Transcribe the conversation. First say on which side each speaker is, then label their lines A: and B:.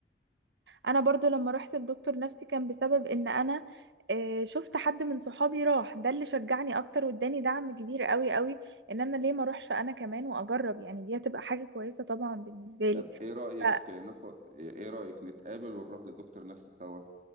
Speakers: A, on the right; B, on the right.
A: انا برضو لما رحت لدكتور نفسي كان بسبب ان انا آه، شفت حد من صحابي راح ده اللي شجعني اكتر واداني دعم كبير قوي قوي ان انا ليه ما اروحش انا كمان واجرب يعني دي هتبقى حاجة كويسة طبعا بالنسبة لي
B: طب ايه رأيك
A: ف...
B: ناخد ايه رأيك نتقابل ونروح لدكتور نفسي سوا